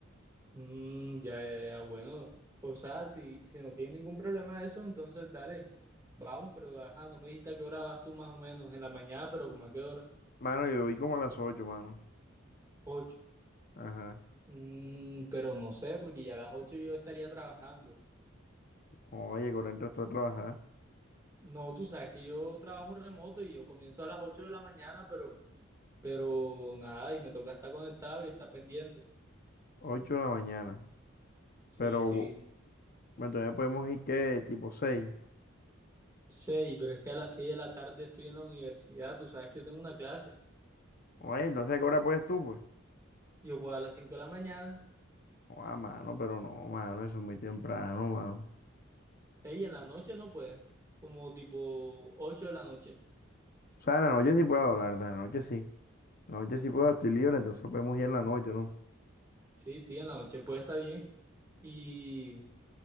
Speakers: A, on the right; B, on the left.
A: Mm, ya, ya, ya, bueno. O sea, si, si no tienes ningún problema de eso, entonces dale, vamos, pero ajá, no me dijiste a qué hora vas tú más o menos, en la mañana, pero como a qué hora,
B: Mano, yo voy como a las 8 mano.
A: ocho.
B: Ajá.
A: Mm, pero no sé, porque ya a las ocho yo estaría trabajando.
B: Oye, con el resto a trabajar.
A: No, tú sabes que yo trabajo remoto y yo comienzo a las ocho de la mañana, pero, pero nada, y me toca estar conectado y estar pendiente.
B: ocho de la mañana.
A: Sí,
B: Pero,
A: sí.
B: bueno, todavía podemos ir que tipo seis
A: Sí, pero es que a las seis de la tarde estoy en la universidad, tú sabes que yo tengo una clase.
B: Oye, entonces, ¿a qué hora puedes tú, pues?
A: Yo puedo a las cinco de la mañana.
B: Oh, ah, mano, pero no, mano, eso es muy temprano, mano.
A: Ey, en la noche no puede, como tipo 8 de la noche.
B: O sea, en la noche sí puedo, la verdad, en la noche sí. En la noche sí puedo, estoy libre, entonces podemos ir en la noche, ¿no?
A: Sí, sí, en la noche puede estar bien. Y,